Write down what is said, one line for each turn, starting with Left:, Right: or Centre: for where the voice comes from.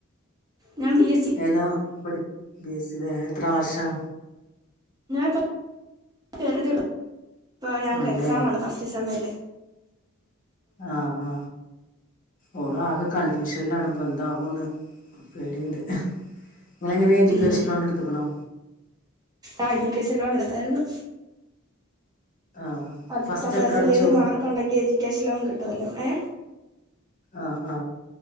Right: ഞാൻ ബി എസ് സി
Left: ഏതാ പഠി ബി എസ് സി അല്ലേ എത്രാം വർഷം
Right: ഞാൻ ഇപ്പോ കേറിയതെ ഉള്ളു ഇപ്പൊ ഞങ്ങക്ക്
Left: ആണ്ല്ലേ
Right: എക്സാം ആണ് ഫസ്റ്റ് സെമ്മിലെ
Left: ആ ആ ഓള് ആകെ കൺഫ്യൂഷനിലാണ് ഇപ്പൊ എന്താകൂന്ന് പേടിയുണ്ട് നിങ്ങളെങ്ങനെ എഡ്യൂക്കേഷൻ
Right: ഉം
Left: ലോൺ എടുത്തുക്കണോ
Right: ആ എജുക്കേഷൻ ലോൺ എടുത്താരുന്നു
Left: ആ
Right: അതിത്ര
Left: ഫസ്റ്റ്
Right: പെർസെന്റേജ്
Left: എത്ര അടച്ചു
Right: മാർക്ക് ഉണ്ടെങ്കി എഡ്യൂക്കേഷൻ ലോൺ കിട്ടുവല്ലോ ഏ
Left: ആ ആ